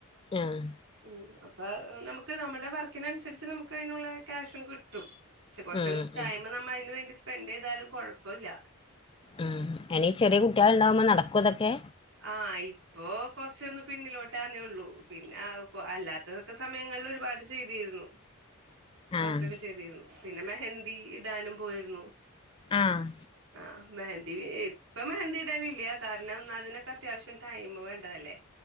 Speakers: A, on the left (about 25°); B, on the right (about 60°).
A: ആഹ്
B: ഉം അപ്പ നമുക്ക് നമ്മുടെ വർക്കിനനുസരിച്ച് നമുക്ക് അതിനുള്ള ക്യാഷും കിട്ടും. പക്ഷെ കൊറച്ച്
A: ഉം
B: ടൈമ്
A: ഉം
B: നമ്മ അയിന് വേണ്ടി സ് സ്പെൻ്റെയ്താലും കൊഴപ്പ പ്പോല്ല
A: അഹ് അയ്നീ ചെറിയ കുട്ട്യേള് ഇണ്ടാവുമ്പം നടക്കോ അതൊക്കെ
B: ആഹ് ഇപ്പൊ കൊറ്ച്ചൊന്ന് പിന്നിലോട്ടാ ന്നേ ഒള്ളൂ. പിന്നെ അല്ലാത്തതൊക്കെ സമയങ്ങളിൽ ഒരുപാട് ചെയ്തിരുന്നു.
A: ആഹ്
B: വർക്കൊക്കെ ചെയ്തിരുന്നു പിന്നെ പിന്നെ മെഹന്ദി ഇടാനും പോയിരുന്നു.
A: ആഹ്
B: ആഹ് മെഹന്തി ഇപ്പൊ മെഹന്തി ഇടല്ല്ല കാരണം അതിനെ അത്യാവശ്യം ടൈമ് വേണ്ടതല്ലേ